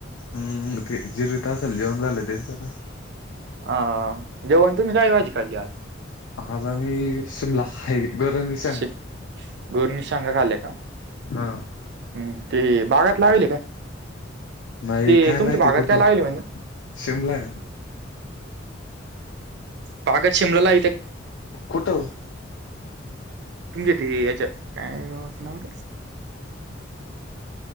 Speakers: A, on the left; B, on the right.
A: हम् हम ते जिरवीत असल जेवण झालंय त्यांचं आता.
B: हा जेवन तुम्ही काय भाजी खाल्ली आज?
A: आज आम्ही शिमला खाय बर विशाल
B: शे गोरणी शांगा खाल्ल्या का
A: हा.
B: हम्म, ते बागात लावेली काय?
A: नाही
B: ते
A: काय
B: तुमच्या
A: माहिती
B: बागात
A: कुठून
B: काय लाविली म्हणी?
A: शिमला आहे
B: बागात शिमला लावीत तेत
A: कुठ?
B: तुमच्या ते याच्यात हम.